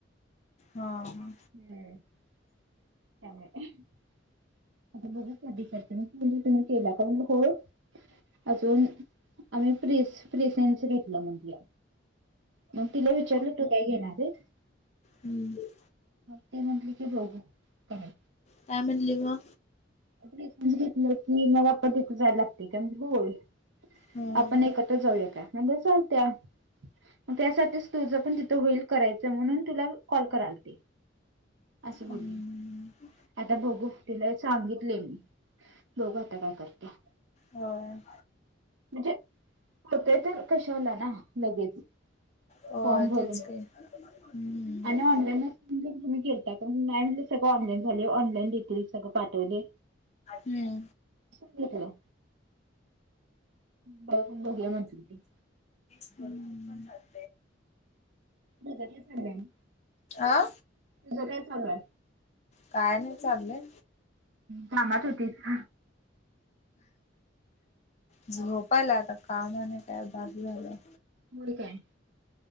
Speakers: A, on the right; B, on the left.
A: <unintelligible>
B: हा हा
A: <unintelligible> अजून आम्ही प्रिस-प्रिसेनचं घेतलं म्हतलीया. मग तिला विचारलं तू काय घेणार आहेस.
B: हूं!
A: ती म्हटली की बघू काय.
B: काय म्हणली म.
A: <unintelligible> घेतलं की मग मला पण तिथं जायला लागतय त्यामुळे बोल.
B: हम्म
A: आपण एकत्र जाऊया काय मी म्हणल चालत्या. मग त्यासाठीच तुझ पण तिथं होईल करायचं म्हणून तुला कॉल करालते. असं बोलली
B: हम्म
A: आता बघू तिला सांगित ले मी बघू आता काय करते.
B: होय!
A: म्हणजे होतय तर कशाला ना लगेच.
B: होय
A: फॉमं भरून.
B: तेच की हम्म
A: आणि ऑनलाईन अस तुम्ही गेलता त मॅम म्हणली सगळं ऑनलाईन झाले ऑनलाईन देतील सगळं पाठवले.
B: हूं!
A: सांगितलं. बघ बघूया म्हंनतील ती.
B: <inaudible>
A: सध्या तेंच चाललंय आणि.
B: आ!
A: गेले सगळे.
B: काय नाही चाललंय.
A: कामात होतीस?
B: झोप आल्या आता, काम आणि काय बास झालंय.
A: मूड काय?